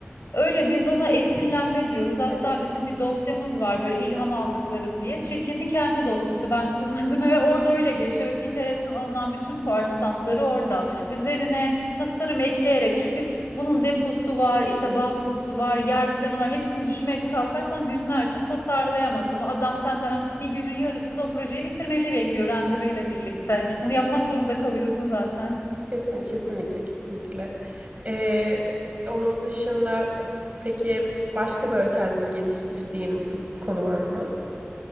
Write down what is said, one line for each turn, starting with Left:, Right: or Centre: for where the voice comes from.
Left: Öyle biz ona esinlenme diyoruz. Hatta
Right: Evet.
Left: bizim bir dosyamız var böyle ilham aldıklarım diye. Şirketin kendi dosyası ben kurmadım <laughs> ve orada öyle geçiyor ve Pinterest'ten alınan bütün fuar standları orada. Üzerine tasarım ekleyerek çünkü bunun deposu var, işte bankosu var, yer planı var. Hepsini düşünmeye kalkarsan günlerce tasarlayamazsın ama adam senden bir günün yarısında o projeyi bitirmeni bekliyor render birlikte. Bunu yapmak zorunda kalıyorsun zaten.
Right: Kesin, kesinlikle, kesinlikle. Ee, onun dışında peki başka böyle kendini geliştirdiğin bir konu var mı?